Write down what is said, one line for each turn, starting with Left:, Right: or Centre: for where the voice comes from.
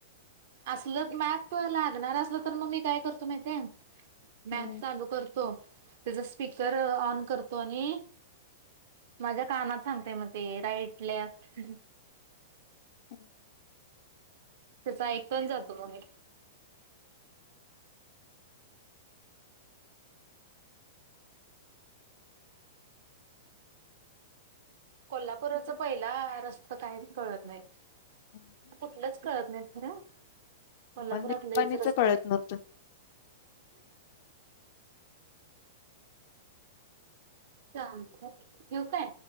Right: असल मॅप लागणार असल तर मग मी काय करतो माहित आहे मॅप
Left: हम्म
Right: चालू करतो, त्याचा स्पीकर ऑन करतो आणि माझ्या कानात सांगतेय मग ते राईट, लेफ्ट
Left: हम्म.
Right: त्याच ऐकतो आणि जातो मग मी. कोल्हापुरच पहिला रस्ता काहीच कळत नाहीत.
Left: हम्म
Right: कुठलंच कळत नाहीत खर. कोल्हापुरात
Left: मला निप्पाणीच
Right: लईच रस्तय.
Left: कळत नव्हतं
Right: चालतंय. ठेवू काय?